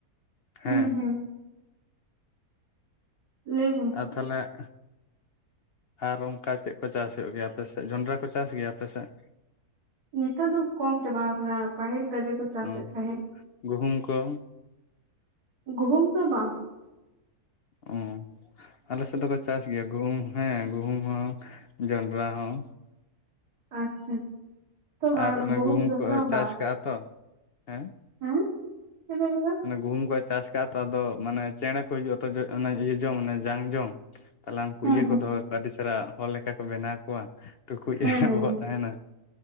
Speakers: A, on the left (about 60°); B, on the right (about 75°).
A: ᱦᱮᱸ᱾
B: ᱦᱩᱸ ᱦᱩᱸ ᱞᱟᱹᱭ ᱢᱮ᱾
A: ᱟᱨ ᱛᱟᱦᱞᱮ ᱟᱨ ᱚᱱᱠᱟ ᱪᱮᱫ ᱠᱚ ᱪᱟᱥ ᱦᱳᱭᱳᱜ ᱜᱮᱭᱟ ᱟᱯᱮ ᱥᱮᱫ, ᱡᱚᱱᱰᱨᱟ ᱠᱚ ᱪᱟᱥ ᱜᱮᱭᱟ ᱟᱯᱮ ᱥᱮᱫ?
B: ᱱᱮᱛᱟᱨ ᱫᱚ ᱠᱚᱢ ᱪᱟᱵᱟᱣ ᱠᱟᱱᱟ ᱯᱟᱹᱦᱤᱞ ᱜᱟᱡᱮ ᱠᱚ ᱪᱟᱥᱮᱫ
A: ᱚ
B: ᱛᱟᱦᱮᱸᱫ᱾
A: ᱜᱩᱦᱩᱢ ᱠᱚ?
B: ᱜᱩᱦᱩᱢ ᱫᱚ ᱵᱟᱝ᱾
A: ᱚ, ᱟᱞᱮ ᱥᱮᱫ ᱫᱚᱠᱚ ᱪᱟᱥ ᱜᱮᱭᱟ ᱜᱩᱦᱩᱢ ᱦᱮᱸ ᱜᱩᱦᱩᱢ ᱦᱚᱸ, ᱡᱚᱱᱰᱨᱟ ᱦᱚᱸ,
B: ᱟᱪᱪᱷᱟ᱾ ᱛᱚ ᱵᱟᱝ
A: ᱟᱨ ᱚᱱᱮ ᱜᱩᱦᱩᱢ
B: ᱡᱚᱱᱰᱨᱟ
A: ᱠᱚ ᱪᱟᱥ
B: ᱵᱟᱫ
A: ᱠᱟᱜᱼᱟ ᱛᱚ, ᱦᱮᱸ?
B: ᱦᱮᱸ ᱪᱮᱫ ᱵᱮᱱ ᱞᱟᱹᱭᱫᱟ?
A: ᱚᱱᱮ ᱜᱩᱦᱩᱢ ᱠᱚ ᱪᱟᱥ ᱠᱟᱜᱼᱟ ᱛᱚ ᱟᱫᱚ ᱢᱟᱱᱮ ᱪᱮᱬᱮ ᱠᱚ ᱦᱤᱡᱩᱜᱼᱟ ᱛᱚ ᱤᱭᱟᱹ ᱡᱚᱢ ᱢᱟᱱᱮ ᱡᱟᱝ ᱡᱚᱢ, ᱛᱟᱞᱦᱮ ᱦᱟᱱᱠᱩ
B: ᱦᱮᱸ
A: ᱤᱭᱟᱹ ᱠᱚ ᱫᱚᱦᱚ ᱠᱟᱠᱚᱣᱟ ᱟᱹᱰᱤ ᱪᱮᱦᱨᱟ ᱦᱚᱲ ᱞᱮᱠᱟ ᱠᱚ ᱵᱮᱱᱟᱣ ᱠᱚᱣᱟ, ᱴᱩᱠᱩᱡ
B: ᱦᱮᱸ
A: ᱮ
B: ᱦᱮᱸ ᱦᱮᱸ
A: ᱵᱚᱦᱚᱜ ᱛᱟᱦᱮᱱᱟ